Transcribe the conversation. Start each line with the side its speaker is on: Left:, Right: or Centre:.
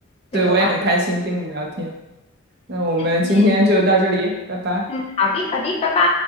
Left: 这个话。
Right: 对，我也很开心跟你聊天。那我们今天就到这里，
Left: 题。
Right: 拜拜。
Left: 嗯，好的，好的，拜拜。